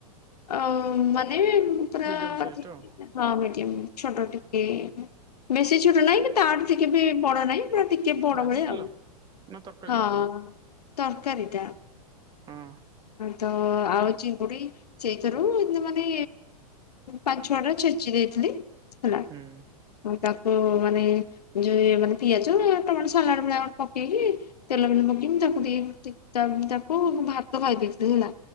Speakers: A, on the left; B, on the right.
A: ଆଉ ମାନେ ହୁଁ ପରା
B: ମିଡିୟମ ସାଇଜ
A: ଧି
B: ଟା
A: ମିଡିୟମ୍
B: ଆଉ
A: ହଁ ମିଡିୟମ୍ ଛୋଟଟେ। କେ ବେଶୀ ଛୋଟ ନାହିଁ କି ତାଠୁ ଟିକେ ବି ବଡ ନାହିଁ। ଟିକେ ବଡ
B: ଭାଜିଥିଲ?
A: ଭଳିଆ ଆଉ
B: ନା ତରକାରୀ
A: ହଁ
B: କରିଥିଲ?
A: ତରକାରୀ ଟା
B: ହଁ
A: ତ ଆଳୁ ଚିଙ୍ଗୁଡି ସେଇଥିରୁ ମାନେ ପାଞ୍ଚ ଛଟା ଛେଚି ଦେଇଥିଲି ହେଲା
B: ହୁଁ
A: ତାକୁ ମାନେ ଯୋଉ ମାନେ ପିଆଜ ଟମାଟୋ ସାଲାଡ ଭଳିଆ ପକେଇକି ତେଲ ବି ପକେଇକି ତାକୁ ଦେଇ ତାକୁ ଭାତ ଖାଇ ଦେଇଥିଲି ହେଲା।